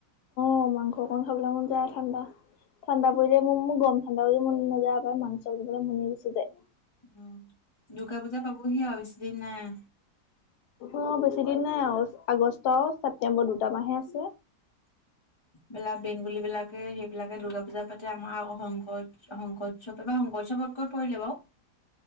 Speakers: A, on the left (about 75°); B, on the left (about 30°).
A: অ', মাংস অকণ আখবলৈ মন যায় ঠাণ্ডা ঠাণ্ডা পৰিলে মোৰ গম-ঠণ্ডা পৰিলে মন নাযায়, আক মাংস বুলি কলে মনে গুচি যায়।
B: উম, দুৰ্গা পূজা পাবহি আৰু বেছি দিন নাই।
A: অ', বেছি দিন নাই আৰু আগষ্ট, ছেপটেম্বৰ দুটা মাহে আছে।
B: বেলেগ বেংগলী বিলাকে, সেইবিলাকে দূৰ্গা পুজা পাতে আমাৰ আক শংকৰ শংকউৎসৱ এবাৰ শংকউৎসৱত ক'ত পৰিলে বাৰু?